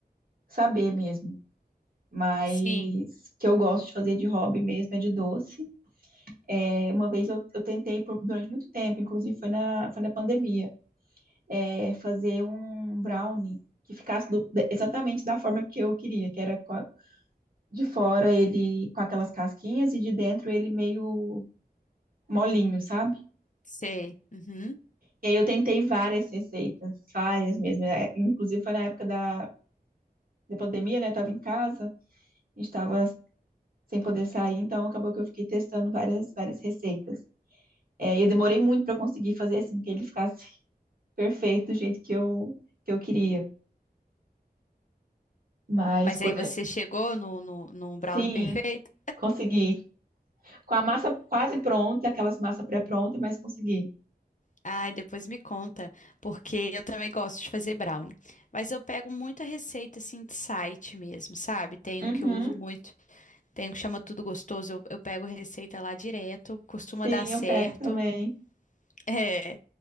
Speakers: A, on the right (about 60°); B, on the left (about 50°).
A: saber mesmo. Mas
B: Sim,
A: que eu gosto de fazer de hobby mesmo é de doce. É, uma vez eu, eu tentei por- durante muito tempo, inclusive foi na, foi na pandemia, é, fazer um brownie que ficasse do- de- exatamente da forma que eu queria, que era com a- de fora ele com aquelas casquinhas e de dentro ele meio molinho, sabe?
B: sei. Uhum.
A: E aí eu tentei várias receitas, várias mesmo. É, Inclusive foi na época da, da pandemia, né? Eu tava em casa, a gente tava sem poder sair, então acabou que eu fiquei testando várias, várias receitas. É, eu demorei muito para conseguir fazer assim, que ele ficasse <laughs> perfeito do jeito que eu, que eu queria. Mas
B: Mas
A: coisa.
B: aí você chegou no, no, no brownie
A: Sim,
B: perfeito?
A: consegui. Com a massa quase pronta, aquelas massas pré-prontas, mas consegui.
B: Ai, depois me conta, porque eu também gosto de fazer brownie. Mas eu pego muita receita assim de site mesmo, sabe? Tem
A: Uhum.
B: um que eu uso muito, tem um que chama Tudo Gostoso. Eu, eu pego receita lá direto, costuma
A: Sim,
B: dar certo.
A: eu pego também.
B: <laughs> É.